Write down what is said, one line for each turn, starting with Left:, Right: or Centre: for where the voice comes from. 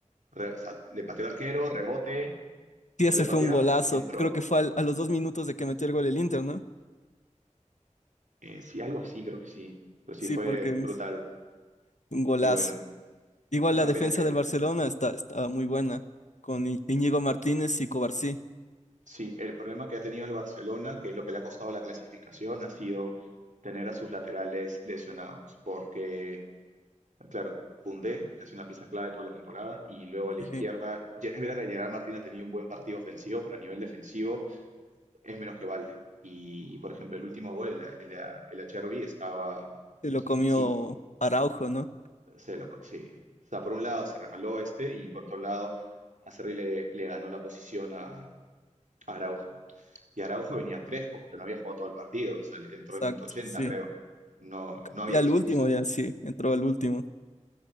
Right: re- o sea, le pateó el arquero, rebote,
Left: sí,
Right: volvió
Left: ese
Right: a patear
Left: fue un golazo.
Right: y entró.
Left: Creo que fue al- a los dos minutos de que metió el gol el Inter, ¿no?
Right: Eh, sí, algo así, creo que sí. Pero sí
Left: Sí,
Right: fue
Left: porque
Right: brutal.
Left: es un golazo.
Right: Y bueno,
Left: Igual
Right: una
Left: la defensa
Right: pena que él.
Left: del Barcelona está, está muy buena, con I- Íñigo Martínez y Cobarsí.
Right: Sí, el problema que ha tenido el Barcelona, que es lo que le ha costado la clasificación, ha sido tener a sus laterales lesionados. Porque Claro, Koundé, que ha sido una pieza clave toda la temporada, y luego a la
Left: Sí,
Right: izquierda, Ye- es verdad que Gerard Martín ha tenido un buen partido ofensivo, pero a nivel defensivo es menos que Valde. Y, por ejemplo, el último gol, el, el, el Acherbi, estaba,
Left: se lo comió
Right: sí,
Left: Araujo, ¿no?
Right: se lo, co- sí. O sea, por un lado se resbaló este, y por otro lado, Acerri le, le ganó la posición a, a Araujo. Y Araujo venía fresco, porque no había jugado todo el partido, o sea, entró
Left: Exacto,
Right: en el minuto 80,
Left: sí.
Right: creo. No, no había
Left: Y al
Right: excusa.
Left: último ya, sí, entró al último.